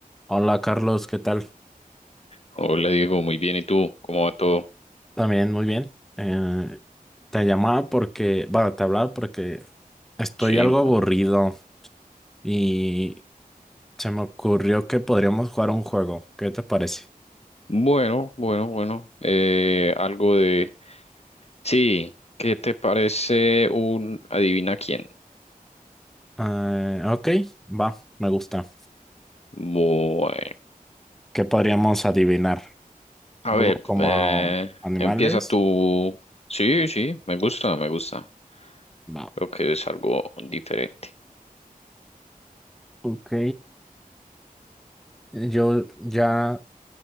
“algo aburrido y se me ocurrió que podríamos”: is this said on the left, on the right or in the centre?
Centre